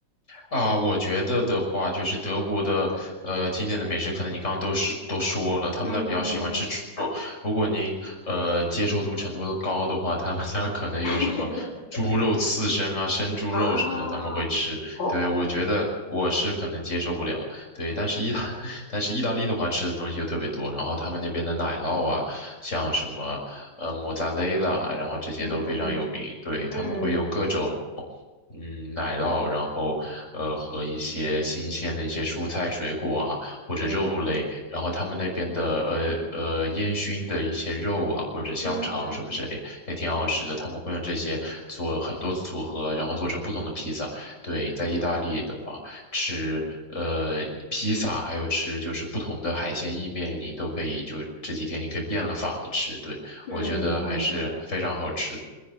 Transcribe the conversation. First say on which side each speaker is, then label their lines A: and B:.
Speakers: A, on the left; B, on the left.
A: 啊，我觉得的话，就是德国的呃经典的美食，可能你刚刚都是都说了，他们那比较喜欢吃猪肉。
B: 嗯嗯嗯，
A: 如果您呃接受度程度高的话，他们那可能有什么猪肉刺身啊、
B: <laughs>
A: 生猪肉什么的，
B: 啊，
A: 他们会吃。
B: 哦，
A: 对，我觉得我是可能接受不了。对，但是意大 <laughs> 但是意大利的话，吃的东西又特别多，然后他们那边的奶酪啊，像什么呃莫扎雷拉啊，然后这些都非常有名。
B: 嗯嗯嗯
A: 对，他们会用各种。嗯，奶酪，然后呃和一些新鲜的一些蔬菜、水果啊，或者肉类，
B: 嗯
A: 然后他们那边的呃呃烟熏的一些肉啊，或者香肠什么之类，
B: 嗯嗯嗯嗯嗯。
A: 也挺好吃的。他们会用这些做很多组合，然后做成不同的披萨。对，在意大利的话，吃呃披萨，还有吃就是不同的海鲜意面，你都可以就这几天你可以变了法的吃。对，
B: 嗯嗯嗯
A: 我觉得还是非常好吃的。